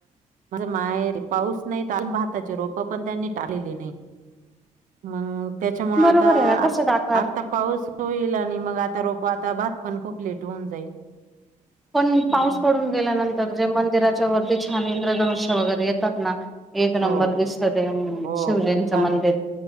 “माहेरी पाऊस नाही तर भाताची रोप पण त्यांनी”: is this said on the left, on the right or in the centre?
Right